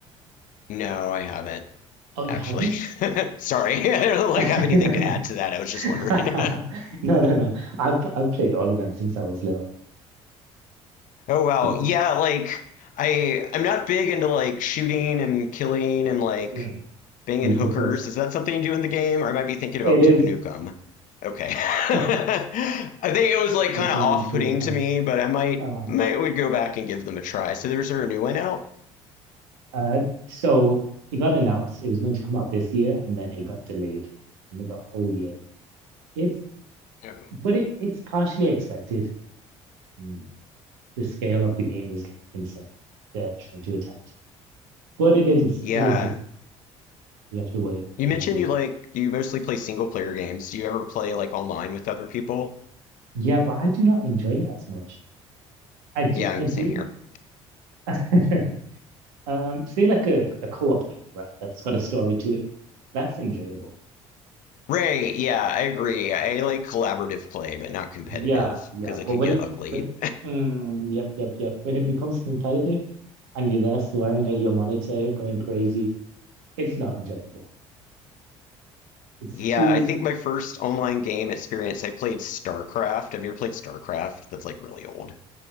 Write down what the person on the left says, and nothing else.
No, I haven't
actually.
<laughs> Sorry, <laughs> I don't like
have anything
to
add to that. I was
just wondering. <laughs>
Oh wow,
yeah, like I I'm not big into like shooting and killing and like
banging
hookers.
Is that something you do in the game? Or I might be thinking about
Duke Nukem. Okay. <laughs> I
think it was like
kind
of off-putting
to me, but I might
might would go back and give them a try. So there's a new one out?
Oh.
Yeah.
You mentioned
you like you mostly play single player games. Do you ever play like online with other people?
Yeah,
same here.
Ray, yeah, I agree. I like collaborative play, but not competitive
because it
can
get
ugly.
Yeah,
I think my first online game experience, I played StarCraft. Have you ever played StarCraft? That's like really old.